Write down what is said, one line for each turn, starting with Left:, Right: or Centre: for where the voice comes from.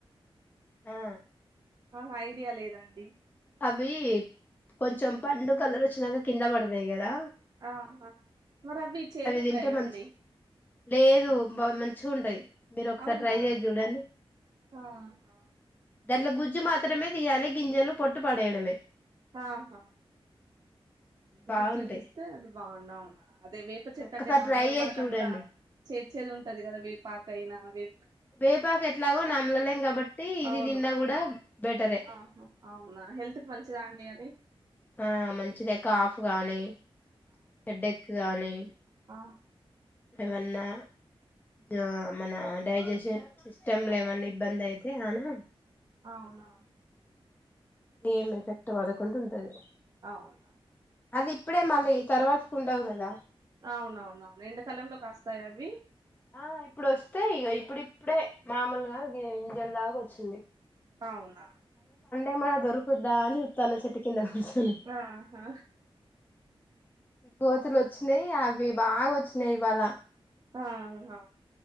Left: ఆ
Right: ఆహ ఐడియా లేదాండి
Left: అవి కొంచెం పండు కలర్ వచ్చినంక కింద పడుతయి కదా
Right: ఆహ మరి అవి చేదుండయా
Left: తింటే మంచి
Right: అండి
Left: లేదు బా మంచిగుంటాయ్ మీరు ఒకసారి
Right: అవునా
Left: ట్రై చేసి చూడండి.
Right: ఆహా
Left: దాంట్లొ గుజ్జు మాత్రమే తీయాలి గింజలు పొట్టు పడేయడమే
Right: ఆహా
Left: బాగుంటాయి
Right: గుజ్జు తీస్తే అది బాగున్నా అదే వేప చెట్టు
Left: ఒక్కసారి
Right: అంటే నార్మల్గా
Left: ట్రై చేసి
Right: మనక
Left: చూడండి
Right: అంత చెట్ చేదు ఉంటది కదా వేపాకాయినా వే
Left: వేపాకు ఎట్లాగో నమ్మలలేం కాబట్టి ఇది
Right: అవును
Left: తిన్న కూడ బెటరే
Right: ఆహా అవునా హెల్త్ కు మంచిదా అండి అది
Left: ఆ మంచిదే కాఫ్ గానీ హెడ్డెక్క్ గానీ
Right: అ
Left: ఏమన్నా జ మన డైజెషన్ సిస్టమ్ లో ఏమన్నా ఇబ్బంది అయితే అనా
Right: అవునా
Left: ఏం ఎఫెక్ట్ పడకుండా ఉంటది
Right: అవును
Left: అది ఇప్పుడే మళ్ళీ తర్వాతకి ఉండవు కదా
Right: అవునవునను ఎండకాలంలో కాస్తాయ అవి
Left: ఆ ఇప్పుడు వస్తాయి ఇగ ఇప్పుడిప్పుడే మామూలుగా గి గింజల్ లాగా వచ్చింది
Right: అవునా
Left: ఎమన్న దొరుకుద్దా అని చూత్తన్న చెట్టు కింద కూర్చొని
Right: అహా
Left: కోతులు వచ్చినాయి అవి బాగా వచ్చినాయి ఇవాళ
Right: ఆహా